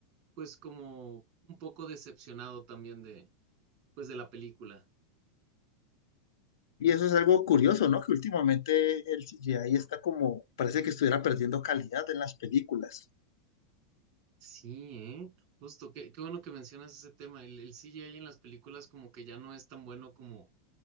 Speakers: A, on the right; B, on the left.
A: pues como un poco decepcionado también de, pues de la película.
B: Y eso es algo curioso, ¿no? Que últimamente el CGI está como, parece que estuviera perdiendo calidad en las películas.
A: Sí, ¿eh? Justo, qué, qué bueno que mencionas ese tema. El, el CGI en las películas como que ya no es tan bueno como